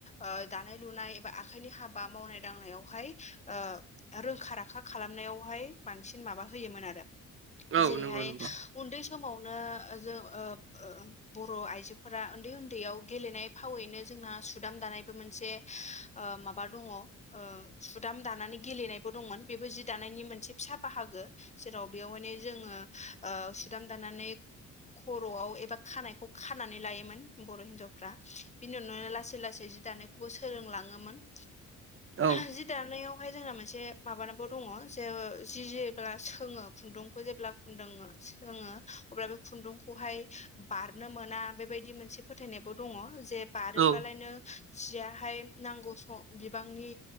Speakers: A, on the left; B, on the right.
A: ओ दानाय लुनाय एबा आखाइनि हाबा मावनाय दांनायावहाय ओ रोंखा राखा खालामनायावहाय बांसिन माबा होयोमोन आरो।
B: औ
A: जेरैहाय
B: नंगौ नंगौ
A: उन्दै समावनो जों ओ ओ बर' आइजोफोरा उन्दै उन्दैयाव गेलेनाय फावैनो जोंना सुदाम दानायबो मोनसे ओ माबा दङ। ओ सुदाम दानानै गेलेनायबो दंमोन बेबो जि दानायनि मोनसे फिसा बाहागो। जेराव बेयावहायनो जोङो ओ सुदाम दानानै खर'आव एबा खानायखौ खानानै लायोमोन बर' हिन्जावफ्रा बिनि उनावनो लासै लासै जि दानाय बो सोलोंलाङोमोन।
B: औ
A: जि दानायावहाय जोंना मोनसे माबानाबो दङ जे जि जि जेब्ला सोङो खुन्दुंखौ जेब्ला खुन्दुं सोङो अब्ला बे खुन्दुं खौहाय बारनो मोना बेबायदि मोनसे फोथायनायबो दङ जे बारोबालायनो
B: औ
A: जियाहाय नांगौ स' बिबांनि